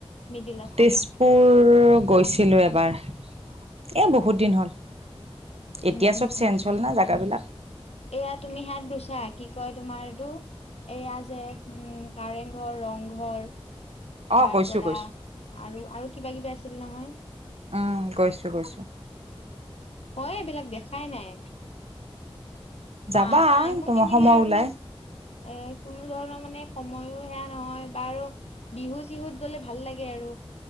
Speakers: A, on the left (about 80°); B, on the right (about 75°).
A: মিডিল আছামত
B: তেজপুৰ গৈছিলোঁ এবাৰ। এ বহুত দিন হ'ল। এতিয়া
A: উম-উম-উম-উম
B: চব চেঞ্জ হ'ল না জেগাবিলাক
A: এয়া তুমি হাত গুছা কি কয়? তোমাৰটো এইয়া যে উম কাৰেংঘৰ, ৰংঘৰ।
B: অ,
A: তাৰ
B: গৈছোঁ
A: পৰা
B: গৈছোঁ।
A: আৰু আৰু কিবা কিবি আছিল নহয়।
B: উম গৈছো-গৈছো।
A: হয় এইবিলাক দেখাই নাই। টা
B: যাবা
A: টাইমো
B: তোমাৰ
A: নিমিলে
B: সময়
A: আৰু
B: ওলাই
A: এ কোনো ধৰণৰ। মানে সময়ো সেয়া নহয় বাৰু বিহু চিহুত গ'লে ভাল লাগে আৰু।